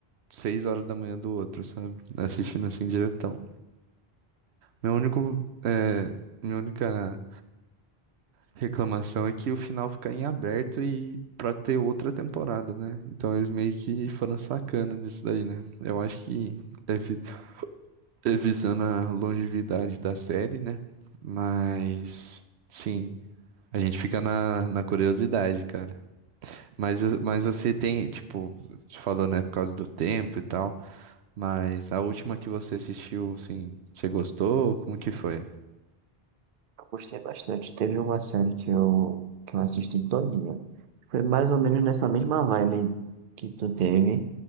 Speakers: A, on the right; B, on the right.
A: seis horas da manhã do outro, sabe? Assistindo assim diretão. Meu único, é, minha única reclamação é que o final fica em aberto e pra ter outra temporada, né? Então eles meio que foram sacana nisso daí, né? Eu acho que é, vi- é visando a longevidade da série, né? Mas, sim, a gente fica na, na curiosidade, cara. Mas, eu- mas você tem, tipo, você falou, né, por causa do tempo e tal. Mas a última que você assistiu, assim, você gostou? Como que foi?
B: Eu gostei bastante. Teve uma série que eu, que eu assisti todinha. Foi mais ou menos nessa mesma vibe que tu teve